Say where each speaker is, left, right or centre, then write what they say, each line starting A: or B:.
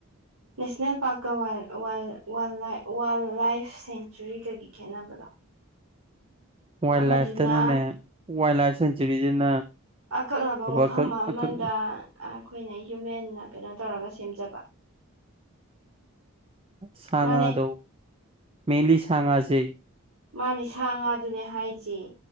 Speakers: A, on the right; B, on the right.
A: national park wild wild wildlife ꯁꯦꯡꯆꯨꯔꯤꯒꯒꯤ ꯈꯦꯠꯅꯕꯗꯣ
B: ꯋꯥꯏꯜ
A: ꯑꯃꯗꯨꯅ
B: ꯂꯥꯏꯐꯇꯅꯅꯦ ꯋꯥꯏꯜ ꯂꯥꯏꯐ ꯁꯦꯡꯆꯨꯔꯤꯁꯤꯅ
A: ꯑꯀꯛꯅꯕ ꯃꯐꯝ
B: ꯑꯀꯛ
A: ꯑꯃꯗ
B: ꯑꯀꯛ
A: ꯑꯩꯈꯣꯏꯅ ꯍ꯭ꯌꯨꯃꯦꯟꯅ ꯀꯩꯅꯣ ꯇꯧꯔꯒ ꯁꯦꯝꯖꯕ
B: ꯁꯥꯉꯥꯗꯣ
A: ꯃꯥꯅꯦ
B: ꯃꯦꯟꯂꯤ ꯁꯥꯉꯥꯁꯦ
A: ꯃꯥꯅꯦ ꯁꯥ ꯉꯥꯗꯨꯅꯦ ꯍꯥꯏꯖꯦ